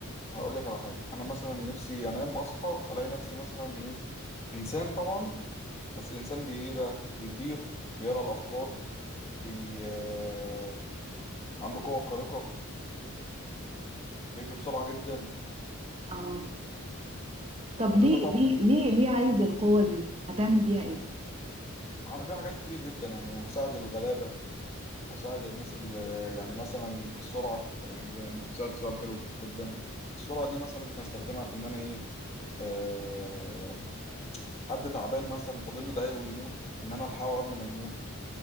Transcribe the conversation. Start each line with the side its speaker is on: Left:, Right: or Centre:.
Left: هقول لك على حاجه انا مثلا نفسي انام اصحى الاقي نفسي مثلا ايه انسان طبعا بس انسان بي ايه بقى بيطير بيقرا الافكار بي آه، عنده قوه خارقه بيجري بسرعه جدا
Right: آه طب
Left: كل
Right: ليه
Left: ده طبعا
Right: ليه ليه ليه عايز القوة دي هتعمل بيها إيه
Left: هعمل بيه حاجات كتير جدا يعني هساعد الغلابه هساعد الناس اللي يعني مثلا السرعة يعني بما انت سألت سؤال حلو جدا السرعة دي مثلا ممكن استخدمها في ان انا ايه أه حد تعبان مثلا فاضل له دقايق ويموت ان انا الحقه قبل ما يموت